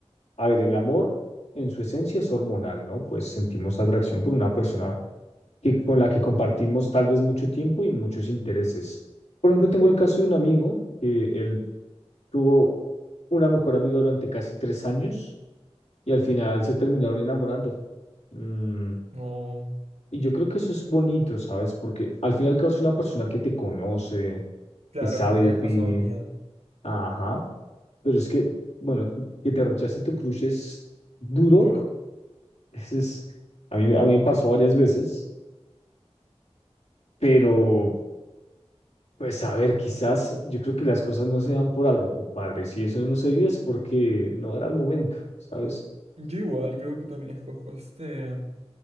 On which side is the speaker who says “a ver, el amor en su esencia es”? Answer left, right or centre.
Left